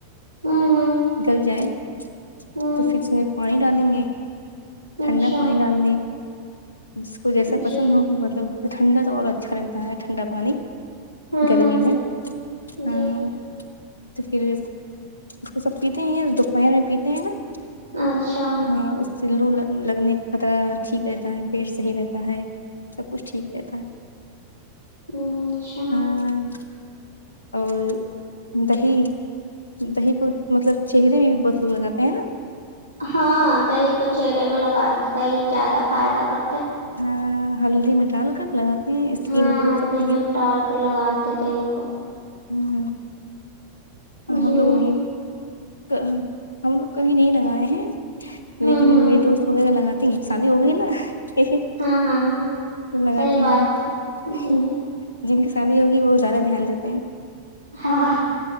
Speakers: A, on the right; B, on the left.
A: ہمم ہمم
B: گل جائے
A: ہمم
B: تو فیر اس میں پانی ڈالیں گے ٹھنڈا
A: اچھا
B: پانی ڈالنے جس کو جیسا
A: جی
B: پسند ہو مطلب ٹھنڈا تو اور اچھا لگتا ہے ٹھنڈا پانی
A: ہوں
B: گرمی
A: ہوں
B: میں ہاں
A: جی
B: تو فیر اس کو سب پیتے ہیں دوپہر میں پیتے ہیں نا
A: اچھا
B: ہاں اس سےلو لگنے کا خطرہ ٹھیک رہتا ہے پیٹ صحیح رہتا ہے سب کچھ ٹھیک رہتا ہے
A: اچھا
B: آمم اور دہی دہی کو مطلب چہرے بھی بہت لوگ لگاتے ہیں نا
A: ہاں دہی کو چہرے میں لگات دہی زیادہ فائدہ کرت
B: ہاں ہاں ہلدی میں ڈال کر لگاتے ہیں اسکن
A: ہاں
B: گلو
A: ہلدی
B: کرتی
A: میں
B: ہے
A: ڈال کر لگاتے تے دہی کو
B: آمم ہم
A: جی
B: لوگ نہیں تو ہم لوگ کبھی نہیں لگائے ہیں
A: ہوں
B: لیکن
A: ہوں
B: میے دوست وغیرہ لگاتے ہیں شادی ہو گئی نا تو
A: ہاں ہاں
B: فیر لگاتے
A: صحیح بات
B: ہی ہیں
A: جی
B: جن کی شادی ہوگی وہ زیادہ دھیان دیتے ہیں
A: ہاں